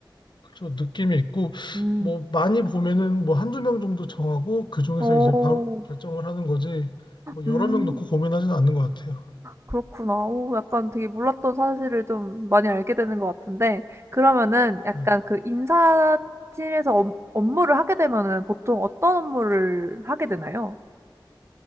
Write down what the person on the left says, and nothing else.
그래서 느낌이 있고
뭐 많이 보면은 뭐 한두 명 정도 정하고 그 중에서
이제 바로 결정을 하는 거지 뭐 여러
명 놓고 고민하지는 않는 것 같아요.
네.